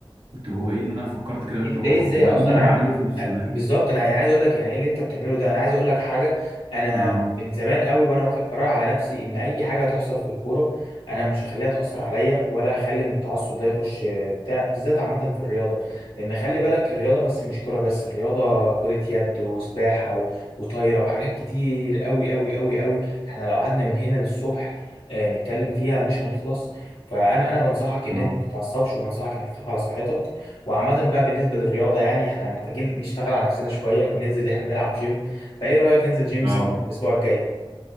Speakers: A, on the right; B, on the left.
A: قلت هو ايه اللي انا فكرت كده
B: جبت
A: قلت هو
B: ايه ازاي
A: هو
B: اصلا
A: ايه اللي انا
B: عن
A: بعمله في نفسه ده
B: بالظبط انا يعني عايز اقول لك يعني ايه اللي انت بتعمله ده انا عايز اقول لك حاجه انا
A: اه
B: من زمان قوي وانا واخد قرار على نفسي ان اي حاجه هتحصل في الكوره انا مش هخليها تاثر عليا ولا هخلي ان التعصب ده يخش بتاع بالذات عامه في الرياضه لان خلي بالك الرياضه بس مش كوره بس الرياضه كره يد وسباحه و- وطايره وحاجات كتير قوي قوي قوي قوي احنا لو قعدنا من هنا للصبح آه، نتكلم فيها مش هنخلص فانا انا بنصحك ان
A: اه
B: انت ما تتعصبش وبنصحك انك تخاف على صحتك وعامة بقى بالنسبة للرياضة يعني احنا محتاجين نشتغل على نفسنا شوية وننزل اللي احنا نلعب جيم فايه رأيك ننزل جيم
A: اه
B: سوا الأسبوع الجاي